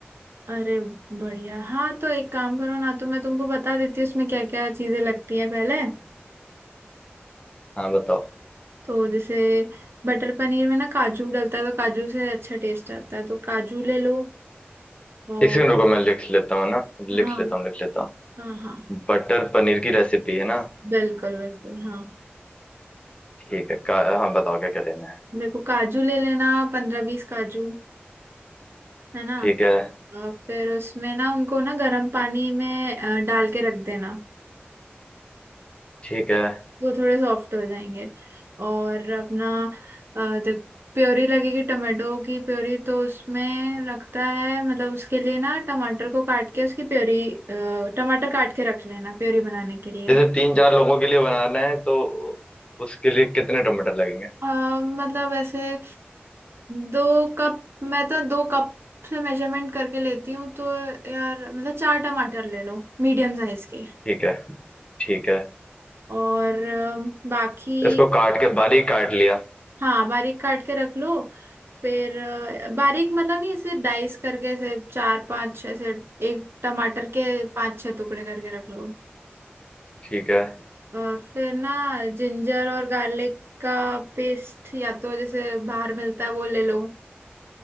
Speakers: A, on the right; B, on the left.
A: अरे बढ़िया हाँ तो एक काम करो ना तो मैं तुमको बता देती हूँ उसमें क्या क्या चीजें लगती हैं पहले
B: हाँ बताओ
A: तो जैसे बटर पनीर में ना काजू डलता है तो काजू से अच्छा टेस्ट आता है तो काजू ले लो और
B: एक सेकंड रुको मैं लिख लेता हूँ ना लिख
A: हाँ
B: लेता हूँ लिख लेता हूँ
A: हाँ हाँ
B: बटर पनीर की रेसिपी है ना
A: बिल्कुल बिल्कुल हाँ
B: ठीक है का, हाँ बताओ क्या क्या लेना है
A: देखो काजू ले लेना पंद्रह बीस काजू है ना
B: ठीक है
A: अ, फिर उसमें ना उनको ना गर्म पानी में अ, डाल के रख देना
B: ठीक है
A: वो थोड़े सॉफ्ट हो जाएंगे और अपना अ, जब प्योरी लगेगी टमाटो की प्योरी तो उसमें लगता है मतलब उसके लिए ना टमाटर को काट के उसकी प्योरी अ, टमाटर काट के रख लेना प्योरी बनाने के लिए
B: जैसे तीन चार लोगों के लिए बनाना है तो उसके लिए कितने टमाटर लगेंगे
A: अ, मतलब ऐसे दो कप मैं तो दो कप से मेजरमेंट करके लेती हूँ तो यार मतलब चार टमाटर ले लो मीडियम साइज के
B: ठीक है ठीक है
A: और अ, बाकी
B: इसको काट के बारीक काट लिया
A: हाँ बारीक काट के रख लो फिर अ, बारीक मतलब नहीं ऐसे डाइस करके ऐसे चार पांच ऐसे एक टमाटर के पांच छह टुकड़े करके रख लो
B: ठीक है
A: अ, फिर ना जिंजर और गार्लिक का पेस्ट या तो जैसे बाहर मिलता है वो ले लो